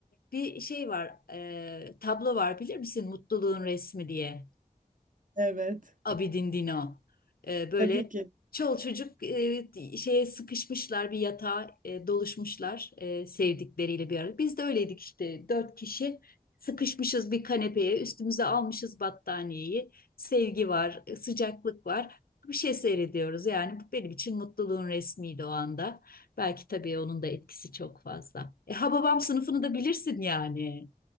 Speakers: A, on the left (about 75°); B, on the right (about 60°).
A: bir şey var, e, tablo var bilir misin? Mutluluğun resmi diye.
B: Evet.
A: Abidin Dino. Ee, böyle
B: Tabii ki.
A: çol çocuk e, şeye sıkışmışlar bir yatağa e, doluşmuşlar e, sevdikleriyle bir arada. Biz de öyleydik işte dört kişi sıkışmışız bir kanepeye üstümüze almışız battaniyeyi. Sevgi var, e, sıcaklık var. Bir şey seyrediyoruz yani bu benim için mutluluğun resmiydi o anda. Belki tabii onun da etkisi çok fazla. E, Hababam sınıfını da bilirsin yani.